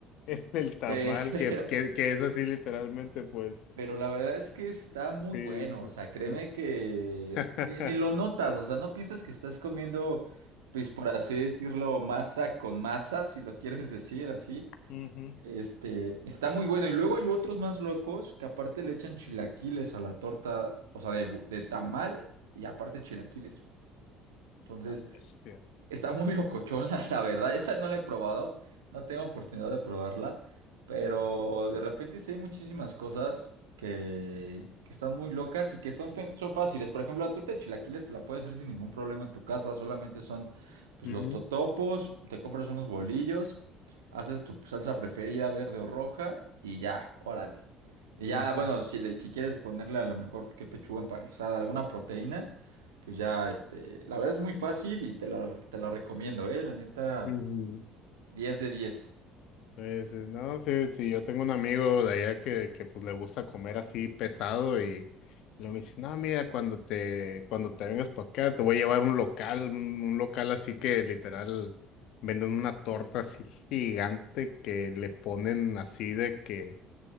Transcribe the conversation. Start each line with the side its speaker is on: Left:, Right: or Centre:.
Left: el, el tamal,
Right: <laughs> Pero,
Left: que, que, que es así literalmente, pues,
Right: pero la verdad es que está muy
Left: sí,
Right: bueno,
Left: sí,
Right: o sea, créeme
Left: sí.
Right: que
Left: <laughs>
Right: ni, ni lo notas, o sea, no piensas que estás comiendo, pues por así decirlo, masa con masa, si lo quieres decir así.
Left: Ujú.
Right: Este, está muy bueno. Y luego hay otros más locos que aparte le echan chilaquiles a la torta, o sea, de, bu- de tamal y aparte chilaquiles, güey. Entonces,
Left: La bestia.
Right: Está muy locochón, <laughs> la, la verdad. Esa no la he probado, no tengo oportunidad de probarla, pero
Left: Mm.
Right: de repente sí hay muchísimas cosas que, que están muy locas y que son, fe- son fáciles. Por ejemplo, la torta de chilaquiles te la puedes hacer sin ningún problema en tu casa, solamente son pues,
Left: Ujú,
Right: los totopos, te compras unos bolillos, haces tu salsa preferida, verde o roja, y ya, órale. Y ya,
Left: ujú,
Right: bueno, si, le- si quieres ponerle a lo mejor que pechuga empanizada, alguna proteína pues ya, este, la verdad es muy fácil y te la, te la recomiendo, ¿eh? La neta,
Left: ujú.
Right: diez de 10.
Left: Sí, sí, no, sí, sí, yo tengo un amigo de allá que, que pues le gusta comer así pesado y luego me dice, no, mira, cuando te, cuando te vengas para acá, te voy a llevar un local, un, un local así que literal venden una torta así gigante que le ponen así de que